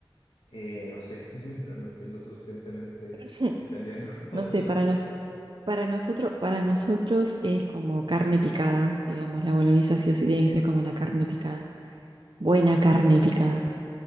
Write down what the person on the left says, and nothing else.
Eh, no sé, <laughs> yo no soy lo suficientemente
italiano. <laughs>